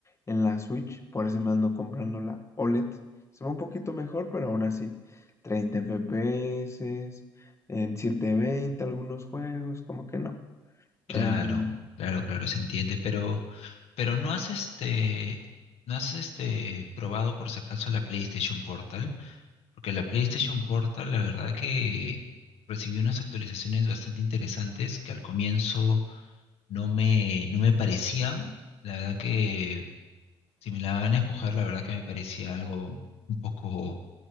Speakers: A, on the left; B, on the left.
A: en la Switch. Por eso me ando comprando la OLED. Se ve un poquito mejor, pero aún así, 30 FPS, en 720 algunos juegos, como que no. Em,
B: Claro, claro, claro, se entiende, pero, pero no has este, no has este probado por si acaso la PlayStation Portal, porque la PlayStation Portal, la verdad que recibió unas actualizaciones bastante interesantes que al comienzo no me, no me parecían. La verdad que si me la van a escoger, la verdad que me parecía algo un poco